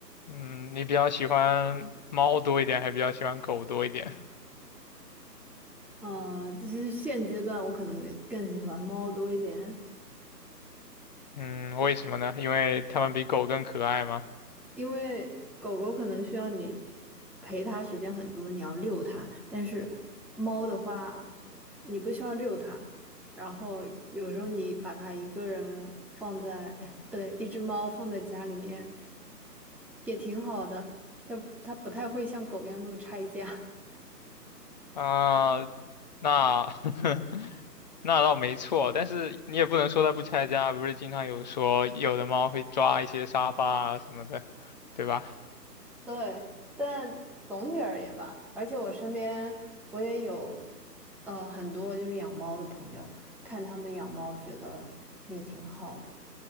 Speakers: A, on the left; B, in the centre.
A: 嗯，你比较喜欢猫多一点，还比较喜欢狗多一点？
B: 呃，其实现阶段我可能更喜欢猫多一点，
A: 嗯，为什么呢？因为它们比狗更可爱吗？
B: 因为狗狗可能需要你陪它时间很多，你要遛它，但是猫的话，你不需要遛它，然后有时候你把它一个人放在，哎不对，一只猫放在家里面也挺好的，它它不太会像狗一样那么拆家。<laughs>
A: 啊，那 <laughs> 那倒没错，但是你也不能说它不拆家，不是经常有说有的猫会抓一些沙发啊什么的，对吧？
B: 对，但总体而言吧，而且我身边我也有，呃，很多就是养猫的朋友，看他们养猫觉得也挺好的。